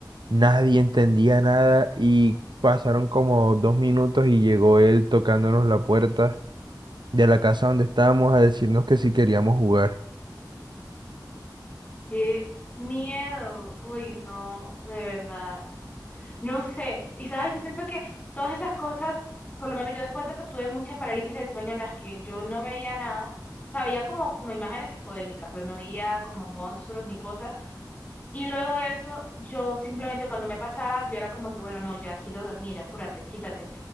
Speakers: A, on the right; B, on the left.
A: Nadie entendía nada y pasaron como dos minutos y llegó él tocándonos la puerta de la casa donde estábamos a decirnos que si queríamos jugar.
B: Qué miedo, uy, no, de verdad. No sé, y sabes, yo siento que todas esas cosas, por lo menos yo después de eso tuve muchas parálisis del sueño en las que yo no veía nada, o sea, veía como, como imágenes psicodélicas, pero no veía como monstruos ni cosas. Y luego de eso, yo simplemente cuando me pasaba, yo era como que, bueno, no, ya quiero dormir, apúrate, quítate.